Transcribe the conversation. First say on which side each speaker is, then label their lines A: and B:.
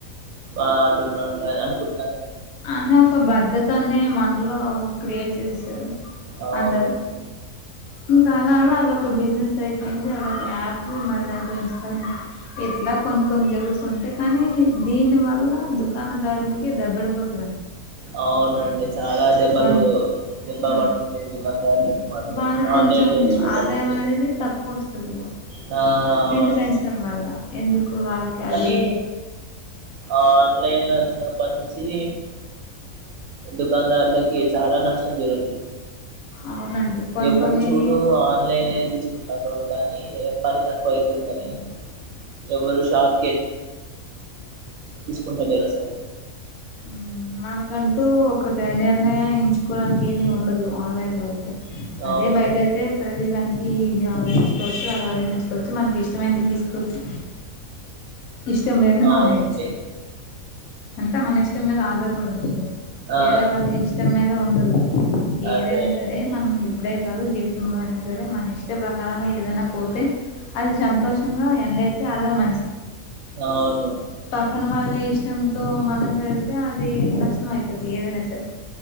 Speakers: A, on the right; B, on the left.
A: బా అంటునం కద అనుకుంటాం
B: అనే ఒక బధకాన్ని మనలో క్రియేట్ చేసేసారు
A: అ
B: అందరూ
A: ఒకే
B: ఇంకా అలా అల్ అదొక బిజినెస్ అయిపోయింది అదొక యాప్ మరి దానికి ఇన్స్టాల్మెంట్ ఇట్లా కొన్ని కొన్ని జరుగుతుంటాయి కానీ దీనివల్ల దుకాణదారులకి దెబ్బడిపోతు
A: అవునండి చాలా దెబ్బలు
B: కొ
A: దెబ్బ
B: ఆ
A: పడుతున్నాయి దుకాణదారులకి మాత్రం
B: వాళ్ళకి కొంచెం
A: ఆన్లైన్ లు వచ్చినప్పుడు
B: ఆదాయం
A: నుండి
B: అనేది తక్కువ వస్తది
A: ఆ
B: వీళ్లు
A: అవును
B: పెంచడం వల్ల ఎందుకు వాళ్ళకి అది
A: కానీ ఆన్లైన్ వచ్చినప్ పట్ట నుంచి దుకాదార్లకి చాలా నష్టం జరుగుతుంది
B: అవునండి కొన్ని
A: ఎవరినీ
B: కొన్ని
A: చూడు ఆన్లైన్ తీసుకు <unintelligible> కానీ పని తక్కువ అయితుందిని ఎవరు షాప్ తీసుకుంటా లేర అసలు
B: హ్మ్ మనకంటూ ఒకటి నిర్ణయించుకోవడానికి ఏమి ఉండదు ఆన్లైన్ లో అయితే
A: అవును
B: అదే బయట అయితే ప్రతీదనికి ఇది ఆలోచించుకోవచ్చు అది ఆలోచించుకోవచ్చు మనకి ఇష్టమైనంది తీసుకోవచ్చు ఇష్టం లేదు
A: అవునండి
B: మానేయచు అంటే మన ఇష్టం మీద ఆధారపడి ఉంటుంది
A: ఆ
B: వేరే వాళ్ళ ఇష్టం మీద ఉండదు ఏదైనా
A: అదే
B: సరే మనం ఇప్పుడే కాదు జీవితంలో అయినా సరే మన ఇష్ట ప్రకారంగా ఏదనా పోతే అది సంతోషంగా ఎ ఎల్తే అదే మంచి
A: అవును
B: పక్కన వాళ్ళ ఇష్టంతో మనం వెళితే అది నష్టం అయితది ఏదైనా సరే